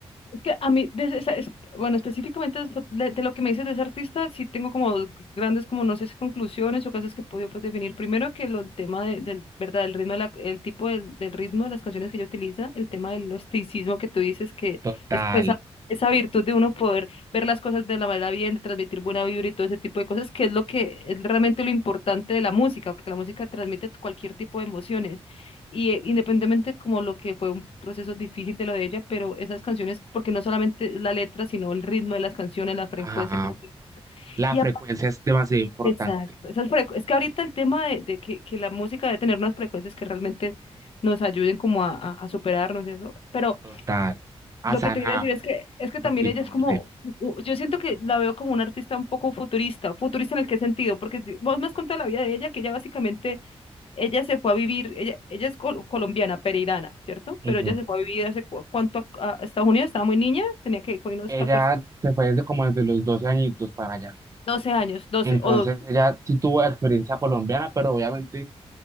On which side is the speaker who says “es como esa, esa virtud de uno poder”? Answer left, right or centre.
Left